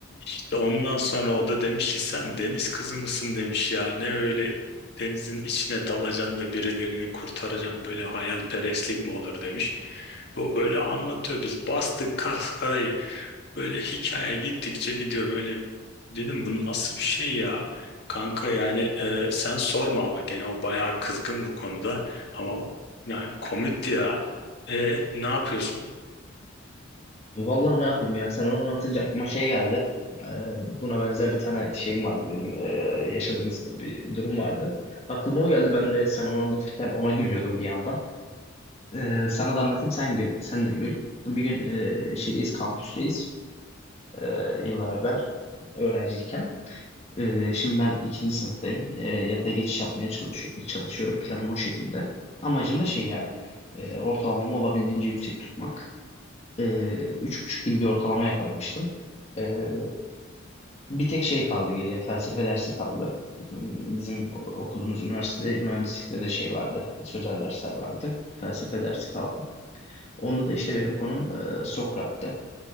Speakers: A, on the left; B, on the left.
A: İşte ondan sonra o da demiş ki sen deniz kızı mısın demiş ya ne öyle denizin içine dalacaksın da birilerini kurtaracaksın böyle hayalperestlik mi olur demiş. Bu böyle anlatıyor biz bastık kahkahayı böyle hikaye gittikçe gidiyor böyle dedim bu nasıl bir şey ya. Kanka yani e, sen sorma ama gene o bayağı kızgın bu konuda ama yani komikti ya. E ne yapıyorsun?
B: Vallahi ne yapayım ya sen onu anlatınca aklıma şey geldi. Ee, buna benzer bir tane şeyim vardı benim ee, yaşadığımız bir durum vardı. Aklıma o geldi ben de sen onu anlatırken ona gülüyordum bir yandan. Ee, sana da anlatayım sen gül, sen de gül. Bir gün ee, şeydeyiz kampüsteyiz ee, yıllar evvel öğrenciyken. Ee, şimdi ben ikinci sınıftayım. Ee, yatay geçiş yapmaya çalışıyor, çalışıyorum planım o şekilde. Amacım da şey yani ee, ortalamamı olabildiğince yüksek tutmak. Ee, üç buçuk gibi bir ortalama yakalamıştım. Ee, bir tek şey kaldı geriye, felsefe dersi kaldı. Hmm, Bizim o- okuduğumuz üniversitede mühendislikte de şey vardı, sözel dersler vardı. Felsefe dersi kaldı. Onda da işte benim konum e, Sokrat'tı.